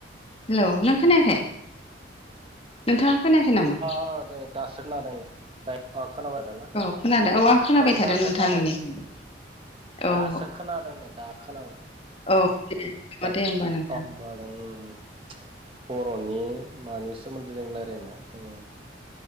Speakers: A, on the left; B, on the right.
A: हेलौ नों खोनायाखै नोंथाङा खोनायाखै नामा?
B: औ नै दासो खोनादों दे अ खोनाबाय थादों ना
A: औ खोनादों आं खोनाबाय
B: औ
A: थादों
B: दासो
A: नोंथां
B: खोनादों
A: नोंनिखौबो
B: नै।
A: औ
B: दासो खोनादों नै दा खोनाबाय
A: औ दे
B: औ
A: दे होमबा नोंथां
B: अम बादों बर'नि मानि सोमोन्दै जों रायलायनो जों